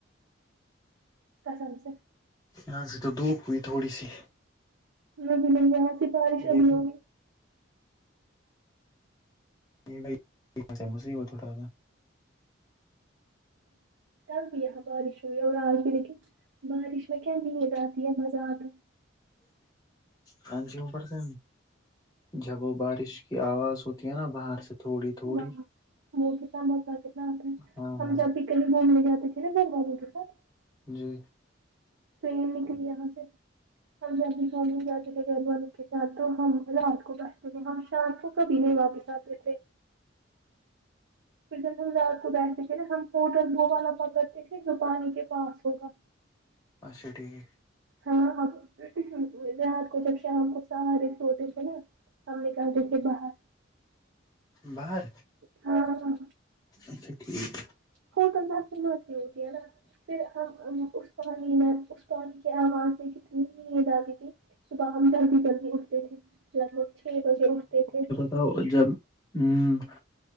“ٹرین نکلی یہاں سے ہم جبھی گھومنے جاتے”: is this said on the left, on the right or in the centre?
Right